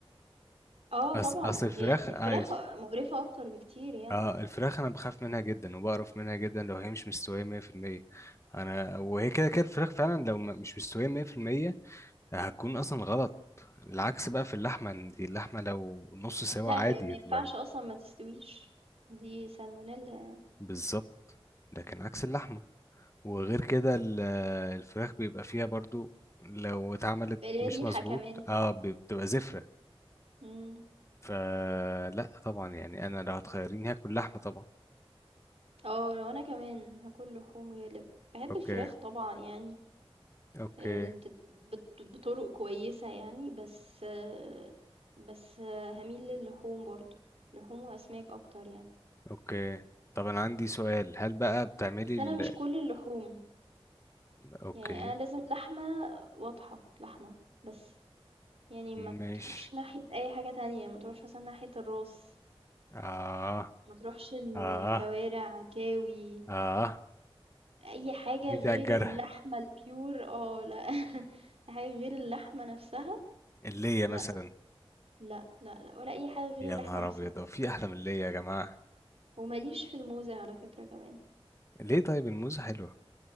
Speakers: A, on the right; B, on the left.
A: آه
B: أص...
A: طبعًا،
B: اصل الفراخ
A: هي الفراخ
B: اه الف-
A: مقرفة أكتر بكتير يعني.
B: آه، الفراخ انا بخاف منها جدا وبقرف منها جدا لو هي مش مستوية 100% انا وهي كده كده الفراخ فعلا لو م- مش مستوية 100% هتكون اصلا غلط العكس بقى في اللحمة ان دي اللحمة لو نص سوا
A: لأ،
B: عادي
A: هي ما
B: هتبقى
A: ينفعش أصلًا ما تستويش، دي salmonella
B: بالظبط لكن عكس اللحمة وغير كده ال- آه، الفراخ بيبقى فيها برضو لو اتعملت
A: بلا
B: مش
A: ريحة
B: مظبوط
A: كمان
B: اه بتبقى زفرة
A: مم.
B: فلا طبعا يعني انا لو هتخيريني هاكل لحمة طبعا
A: اه لو انا كمان هاكل لحوم غالب بحب
B: اوكي
A: الفراخ طبعا يعني
B: اوكي
A: ال- بت- بت- بطرق كويسة يعني بس آه، بس آه، هميل للحوم برضو لحوم واسماك اكتر يعني
B: اوكي طب انا عندي سؤال هل بقى بتعملي
A: بس
B: ال...
A: انا مش كل اللحوم
B: اوكي
A: يعني انا لازم لحمة واضحة لحمة بس يعني ما
B: ماشي
A: تروحش ناحية اي حاجة تانية ما تروحش مثلا ناحية الراس
B: اه
A: ما تروحش الكوارع
B: اه
A: كاوي
B: اه
A: أي حاجة
B: جيت
A: غير
B: على الجرح
A: اللحمة الpure آه لأ، <laughs> حاجة غير اللحمة نفسها
B: اللية
A: لأ،
B: مثلا
A: لأ، لأ، لأ، ولا أي حاجة غير
B: يا
A: اللحمة
B: نهار
A: نفسها،
B: ابيض هو في احلى من اللية يا جماعة
A: وما ليش في الموزة على فكرة كمان،
B: ليه طيب الموزة حلوة